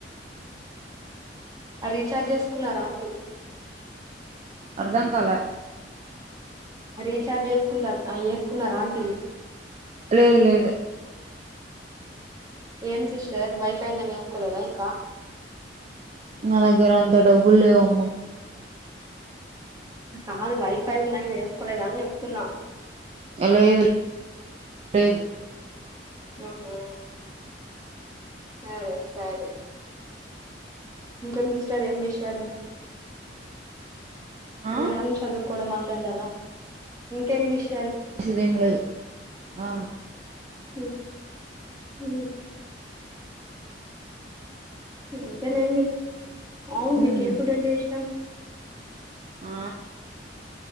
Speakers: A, on the right; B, on the right.
A: అ రీఛార్జ్ చేసుకున్నారా ఆంటీ
B: అర్ధం కాలా
A: రీఛార్జ్ ఏసుకుంటార ఏసుకున్నార ఆంటీ
B: లేదు లేదు
A: ఏం సిస్టర్ వైఫే ఉందని వేసుకోలేదా ఇంకా
B: నా దగ్గర అంత డబ్బులు లేవమ్మా
A: కాదు వై పై ఉందని వేసుకోలేదా అని చెప్తున్నా
B: లేదు లేదు
A: ఉహూ సరే సరి ఇంకేం దిస్టర్ ఏం విషయాలు
B: ఆ
A: తినడం చదువుకోవడం అన్ వద్దంటారా ఇంకెం విష్
B: సిదేంలేదు ఆ
A: ఉ ఊ ఎంత న ఏమ్ లే అవును
B: ఉమ్
A: మీకే ఏ ఫుడ్ అంటే ఇష్టం
B: ఆ